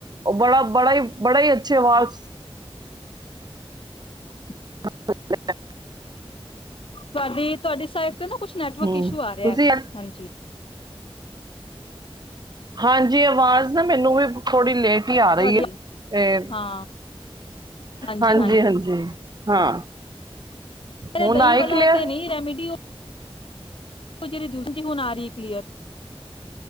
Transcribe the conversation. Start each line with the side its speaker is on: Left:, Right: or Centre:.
Right: ਬੜਾ-ਬੜਾ ਹੀ ਬੜਾ ਹੀ <unintelligible> ਵਸ,
Left: <unintelligible>
Right: <unintelligible>
Left: ਤੁਹਾਡੀ-ਤੁਹਾਡੀ ਸਾਈਡ, ਤੇ ਨਾ ਕੁਛ ਨੈਟਵਰਕ
Right: ਹਮ
Left: ਇਸ਼ੂ ਆ ਰਿਹਾ,
Right: ਤੁਸੀਂ
Left: ਹਾਂਜੀ
Right: ਹਾਂਜੀ ਆਵਾਜ਼ ਨਾ ਮੈਨੂੰ ਵੀ ਥੋੜੀ ਲੇਟ ਆ ਰਹੀ
Left: ਤੁਹਾਡੀ
Right: ਹੈ, ਇਹ
Left: ਹਾਂ ਹਾਂਜੀ
Right: ਹਾਂਜੀ-ਹਾਂਜੀ ਹਾਂ।
Left: ਅਰੇ
Right: ਹੁਣ
Left: ਦਹੀਂ
Right: ਆਈ
Left: ਵਾਲਾ
Right: ਕਲੀਅਰ
Left: ਤੇ ਨੀ ਰੈਮੀਡੀ, ਉਹ ਉਹ ਜਿਹੜੀ ਦੂਸਰੀ ਹੁਣ ਆ ਰਹੀ ਹੈ, ਕਲੀਅਰ